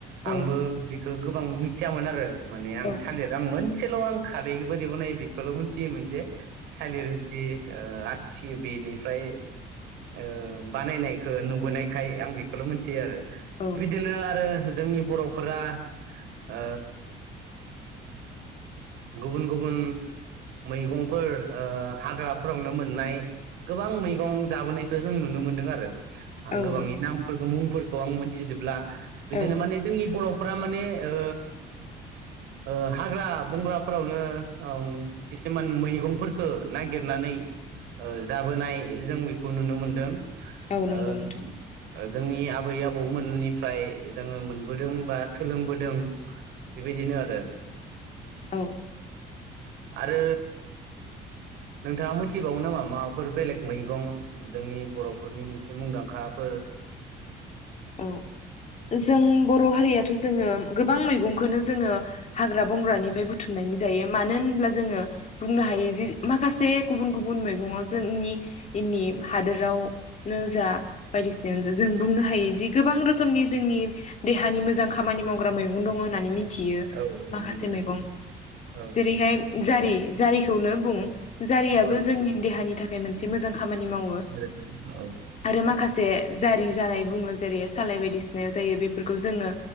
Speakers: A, on the right (about 85°); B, on the left (about 45°).
A: आंबो
B: औ
A: हो गोबां मिथियामोन आरो माने आं
B: औ
A: थालिर आं मोनसेल' आं खारै बोरै बनायो बेखौल' मिथियोमोन जे थालिर नि ओ आथि बेनिफ्राय ओ बानायनायखौ नुबोनाय थाय आं बेखौल' मिथियो आरो।
B: औ
A: बिदिनो आरो जोंनि बर'फोरा ओ गुबुन गुबुन मैगंफोर ओ हाग्राफोरावनो मोननाय गोबां मैगं जाबोनायखौ जों नुनो मोनदों आरो। आं
B: औ
A: गोबांनि
B: नंगौ
A: नामफोरखौ मुंफोरखौ आं मिथिजोबला बिदिनो
B: औ
A: माने जोंनि बर'फ्रा माने ओ ओ हाग्रा बंग्राफोरावनो ओं खिसुमान मैगंफोरखौ नागिरनानै ओ जाबोनाय जों बेखौ नुनो मोनदों
B: औ नंगौ
A: ओ
B: नोंथां
A: ओ जोंनि आबै आबौमोननिफ्राय जोङो मोनबोदों बा सोलोंबोदों। बेबायदिनो आरो
B: औ।
A: आरो नोंथाङा मिथिबावो नामा माबाफोर बेलेग मैगं? जोंनि बर'फोरनि मोनसे मुंदांखाफोर <inaudible>
B: औ जों बर हारियाथ जोङो गोबां मैगंखौनो जोङो हाग्रा बंग्रानि फ्राय बुथुमनानै जायो मानो होनब्ला जोङो बुंनो हायो जे माखासे गुबुन गुबुन मैगङाव जोंनि इनि हादोरावनो जा बायदिसिनायानो जा जों बुंनो हायो दि गोबां रोखोमनि जोंनि देहानि मोजां खामानि मावग्रा मैगं दङ होननानै मि थियो
A: औ
B: माखासे
A: नंगौ
B: मैगं
A: औ
B: जेरैहाय जारि जारिखौनो बुं जारियाबो
A: औ
B: जोंनि देहानि थाखाय मोनसे मोजां खामानि मावो।
A: <inaudible>
B: आरो माखासे जारि जानाय बुङो। जेरै सालाय बायदिसिनायाव जायो बेफोरखौ जोङो